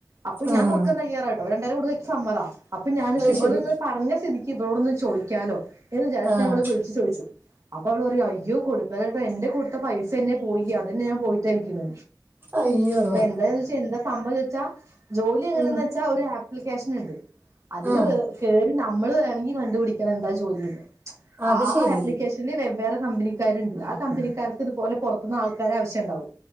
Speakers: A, on the right (about 50°); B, on the right (about 30°).
A: അപ്പൊ
B: ആഹ്.
A: ഞാൻകൊടുക്കാൻ തയ്യാറട്ടോ രണ്ടായിരം കൊടുക്കാൻ എനിക്ക് സമ്മത അപ്പ ഞാൻ
B: അത്
A: ഇവളിങ്ങനെ
B: ശരി.
A: പറഞ്ഞ സ്ഥിതി ക്ക് ഇവളോടൊന്ന് ചോയിക്കാലോ എന്ന് വിചാരിച്ച്
B: ആഹ്.
A: ഞാൻ അവളെ വിളിച്ചു ചോദിച്ചു അപ്പൊ അവള് പറയാ അയ്യോ കൊടുക്കല്ലേ ട്ടോ എന്റെ കൊടുത്ത പൈസ എന്നെ പോയി അതന്നെ ഞാൻ പോയിട്ടായിരിക്കുണ്
B: അയ്യോ.
A: അപ്പൊ എന്താന്ന് വെച്ചാ എന്താ സംഭവം എന്ന് ചോദിച്ചാ ജോലി എങ്ങനെ
B: ഉം.
A: ച്ചാ ഒരു ആപ്ലിക്കേഷൻ ഉണ്ട് അതില്
B: ആഹ്.
A: കേ കേറി നമ്മള് വേണെങ്കി കണ്ട് പിടിക്ക ണം എന്താ ജോലിന്നു ആ
B: അത് ശരി.
A: ആപ്ലിക്കേഷൻ <unintelligible> വെവ്വേറെ കമ്പനിക്കാരുണ്ട് ആ കമ്പനിക്കാർക്ക് ഇതുപോലെ പൊറത്തുന്നാൾക്കാരെ ആവശ്യണ്ടാവും